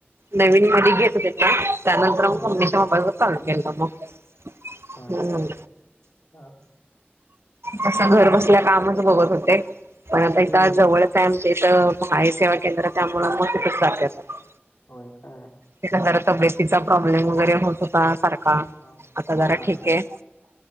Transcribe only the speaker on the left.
हा
होय काय हा
हम्म
होय काय
हा
हा हा